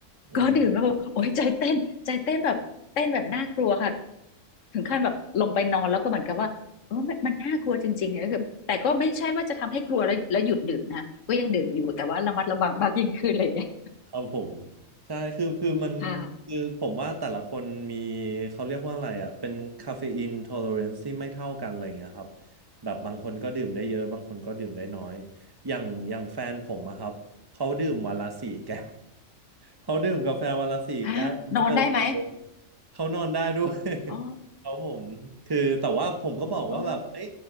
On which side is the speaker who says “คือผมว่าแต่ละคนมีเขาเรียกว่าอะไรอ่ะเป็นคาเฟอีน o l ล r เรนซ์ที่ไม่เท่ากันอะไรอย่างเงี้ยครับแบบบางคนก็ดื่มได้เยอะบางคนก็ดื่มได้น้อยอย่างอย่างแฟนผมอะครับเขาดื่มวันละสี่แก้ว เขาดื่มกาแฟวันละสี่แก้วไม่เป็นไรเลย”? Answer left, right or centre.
Right